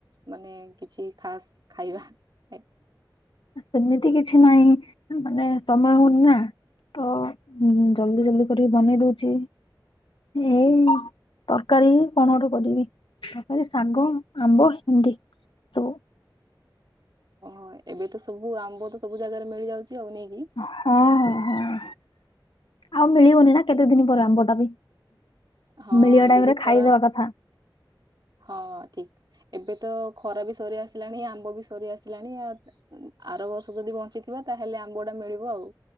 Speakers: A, on the right; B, on the left.
A: ମାନେ କିଛି ଖାସ ଖାଇବା
B: ସେମିତି କିଛି ନହିଁ। ମାନେ ସମୟ ହଉନି ନା ତ ଜଲଦି ଜଲଦି ଜଲଦି କରିକି ବନେଇ ଦଉଛି ଏଇ ତରକାରୀ କଣ ଗୋଟେ କରିବି ତରକାରୀ ଶାଗ ଆମ୍ବ ହିଣ୍ଡି ସବୁ
A: ଓହ ଏବେ ତ ସବୁ ଆମ୍ବ ତ ସବୁ ଜାଗାରେ ମିଳିଯାଉଛି। ଆଉ ନେଇକି
B: ହଁ ହ ହଁ ଆଉ ମିଳିବନି ନା କେତେ ଦିନ ପରେ ଆମ୍ବଟା ବି
A: ହଁ
B: ମିଳିବା
A: ଏବେ
B: ଟାଇମରେ
A: ବି ଖରା
B: ଖାଇଦବା କଥା ହ <inaudible>
A: ହଁ ଠିକ ଏବେ ତ ଖରା ବି ସରି ଆସିଲାଣି ଆମ୍ବ ବି ସରି ଆସିଲାଣି ଆ ଆର ବର୍ଷ ଯଦି ବଞ୍ଚିଥିବ ତାହେଲେ ଆମ୍ବ ଟା ମିଳିବ ଆଉ